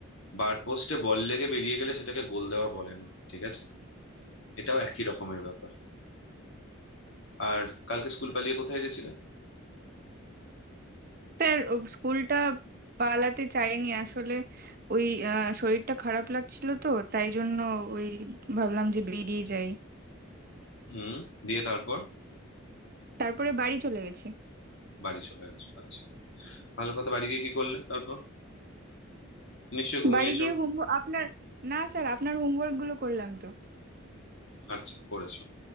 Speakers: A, on the left; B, on the right.
A: বার পোস্টে বল লেগে বেরিয়ে গেলে সেটাকে গোল দেওয়া বলে না ঠিক আছে এটাও একই রকমের ব্যাপার আর কালকে স্কুল পালিয়ে কোথায় গেছিলে
B: স্যার ও স্কুলটা পালাতে চাইনি আসলে ওই আহ, শরীরটা খারাপ লাগছিল তো তাই জন্য ওই ভাবলাম যে বেরিয়ে যাই
A: হুম দিয়ে তারপর
B: তারপরে বাড়ি চলে গেছি
A: বাড়ি চলে গেছো আচ্ছা ভালো কথা বাড়ি গিয়ে কি করলে তারপর নিশ্চয়ই ঘুমিয়েছো
B: বাড়ি গিয়ে হোমওয়ার্ক আপনার না স্যার আপনার হোমওয়ার্ক গুলো করলাম তো
A: আচ্ছা করেছো